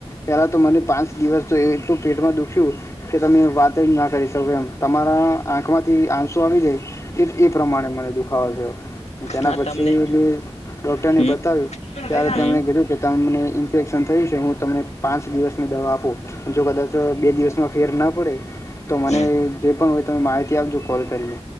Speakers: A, on the left (about 30°); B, on the left (about 90°).
A: પહેલાં તો મને પાંચ દિવસ તો એટલું પેટમાં દુખ્યું ખ્યું કે તમે વાત જ ના કરી શકો એમ. મારા આંખમાંથી આંસો આવી જાય એ પ્રમાણે મને દુખાવો થયો તેના
B: હા
A: પછી
B: તમને
A: ડોક્ટરને
B: હમ
A: બતાવ્યું
B: હમ
A: ત્યારે
B: હમ
A: તેમણે કીધું કે ત મને ઇન્ફેક્શન થયું છે હું તમને પાંચ દિવસની દવા આપું જો કદાચ બે દિ માં ફેર ના પડે તો મને
B: હમ
A: જે પણ હોય તમે માહિતી આપજો કોલ કરીને